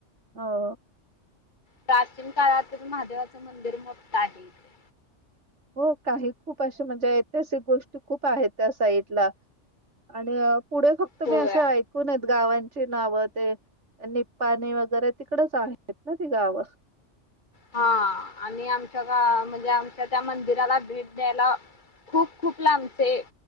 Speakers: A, on the right; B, on the left.
A: हो
B: प्राचीन काळातच महादेवाचं मंदिर मोठआहे इथे
A: हो काही खूप अशे म्हणजे ऐतिहासिक गोष्टी खूप आहेत त्या साईडला आणि पुढे फक्त
B: होय
A: मी असं ऐकून गावां ची नाव ते निपाणी वगैरे तिकडच आहेत ना ती गावं
B: हा आणि आमच्या का म्हणजे आम त्या त्या मंदिराला भेट द्यायला खूप खूप लांबचे